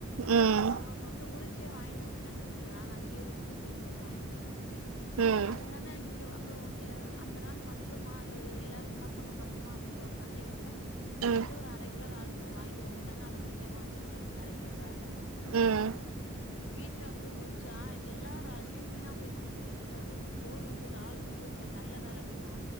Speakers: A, on the right; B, on the left.
A: ம்
B: க அவுங்க வந்து உரு ச்சே வாங்கி வந்துட்டாங்க தோழிலால் அங்கேயே உடிச்சு கிளீன்ண்ணி வாங்கிட்டு வந்துட்டாங்க
A: ம்
B: அதுனாலா இங்க அ அப்புறம் <unintelligible> அந்த நாள் பத்துமா அது எல்லாரும் சாப்பிடும் பாத்துமா அப்படின்ற ஒரு சந்தேகத் எலா
A: ம்
B: மீண்டும் ஒரு அரைகிலோ றால்ஸ் சு வாங்கிட்டு வந்துட்டாங்க அத உறிக்காம வாங்டி வந்து அந்த அரைக்கிலோ றால்ல
A: ம்
B: வீட்டல வந்து து உரிச்சா எல்லா ராகியுமே வீணா போய் இருக்கு தோழி ஏதாவது உ தோல் வந்து இறால் வந்து நல்ல றால் அப்படின்னா